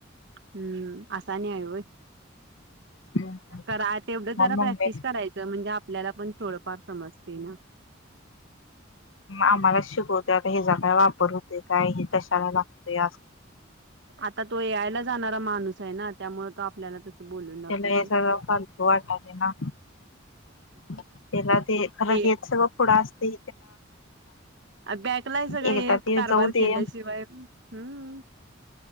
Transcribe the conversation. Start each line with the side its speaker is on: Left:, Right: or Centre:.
Right: हम्म आसानी आहेय वय
Left: मग
Right: करा तेवढंच जरा
Left: मम्मी
Right: प्रॅक्टिस करायचं म्हणजे आपल्याला पण थोडं फार समजतेय ना
Left: आम्हाला शिकवते आता हे जगा वापर होते काय हे कशाला लागते अस
Right: आता तो यायला जाणारा माणूस आहे ना त्यामुळे तो आपल्याला तसं बोलून दाखवतोय
Left: त्याला हे सगळं फालतू वाटायलय ना त्याला ते खरं
Right: ए
Left: हेच सगळं पुढं असतय
Right: बॅकला सगळे
Left: एकदा
Right: हे
Left: ते
Right: कारभार
Left: जाऊ दे
Right: केल्याशिवाय हम्